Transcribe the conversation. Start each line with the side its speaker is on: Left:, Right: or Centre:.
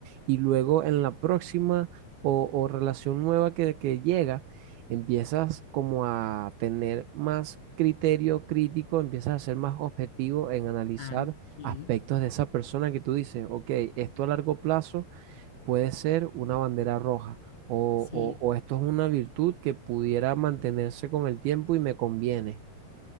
Right: y luego en la próxima o, o relación nueva que, que llega, empiezas como a tener más criterio crítico, empiezas a ser más objetivo en analizar
Left: Ah, sí,
Right: aspectos de esa persona que tú dices, ok, esto a largo plazo puede ser una bandera roja. O,
Left: sí,
Right: o o esto es una virtud que pudiera mantenerse con el tiempo y me conviene.